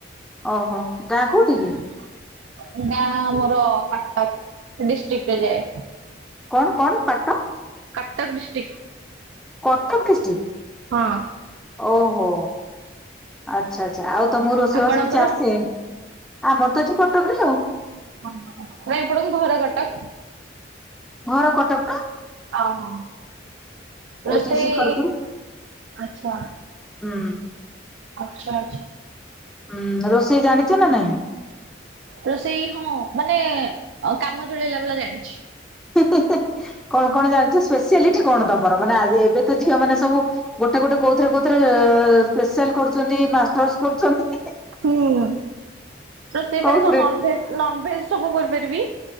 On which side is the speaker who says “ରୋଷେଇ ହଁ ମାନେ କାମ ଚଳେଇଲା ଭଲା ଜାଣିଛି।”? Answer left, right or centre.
Right